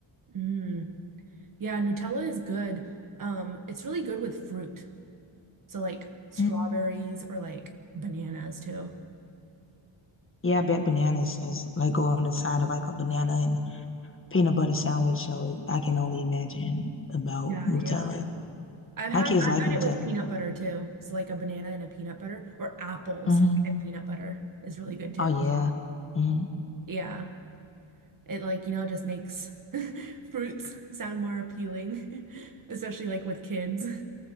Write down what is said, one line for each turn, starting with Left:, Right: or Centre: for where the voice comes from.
Right: Mm. Yeah, Nutella is good. Um, it's really good with fruit. So like strawberries
Left: Mm.
Right: or like bananas too.
Left: Yeah, I bet bananas is like go on the side of like a banana and peanut butter sandwich. So I can only imagine about
Right: Yeah,
Left: Nutella.
Right: yeah. I've had
Left: My kids
Right: I've
Left: like
Right: had
Left: Nutella.
Right: it with peanut butter too. So like a banana and a peanut butter or apples
Left: hmm
Right: and peanut butter is really good too.
Left: Oh yeah. hmm
Right: Yeah. It like, you know, just makes <laughs> fruits sound more appealing, <laughs> especially like with kids.